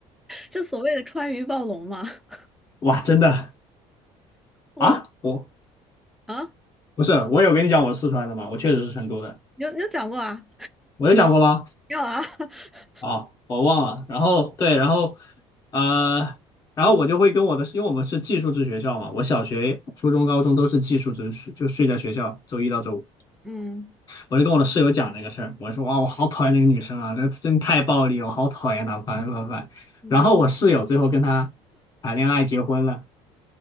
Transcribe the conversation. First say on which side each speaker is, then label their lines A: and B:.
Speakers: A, in the centre; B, on the left.
A: 这所谓的川渝暴龙嘛，<laughs>
B: 哇，真的
A: 我
B: 啊，我
A: 啊，
B: 不是我有跟你讲我四川的吗？我确实是成都的。
A: 你有你有讲过啊？
B: 我有讲过吗？
A: 没有啊？<laughs>
B: 啊，我忘了。然后对，然后呃，然后我就会跟我的，因为我们是寄宿制学校嘛，我小学、初中、高中都是寄宿制，睡就睡在学校，周一到周五。
A: 嗯
B: 我就跟我的室友讲这个事儿，我说哇，我好讨厌那个女生啊，那真太暴力了，我好讨厌她，烦烦烦。
A: 嗯，
B: 然后我室友最后跟她谈恋爱结婚了，